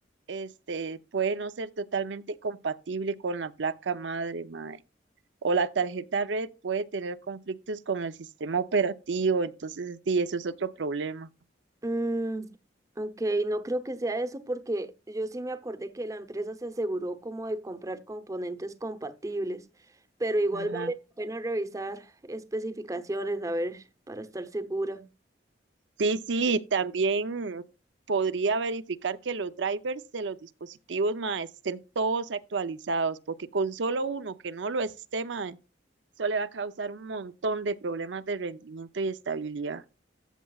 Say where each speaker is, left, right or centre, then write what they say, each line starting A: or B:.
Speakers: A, on the right; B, on the right.
A: este, puede no ser totalmente compatible con la placa madre, ma, o la tarjeta red puede tener conflictos con el sistema operativo, entonces sí, eso es otro problema.
B: mm, ok, no creo que sea eso porque yo sí me acordé que la empresa se aseguró como de comprar componentes compatibles, pero igual
A: Ajá.
B: vale la pena revisar especificaciones, a ver, para estar segura.
A: Sí, sí, también podría verificar que los drivers de los dispositivos mae, estén todos actualizados, porque con solo uno que no lo esté, mae, eso le va a causar un montón de problemas de rendimiento y estabilidad.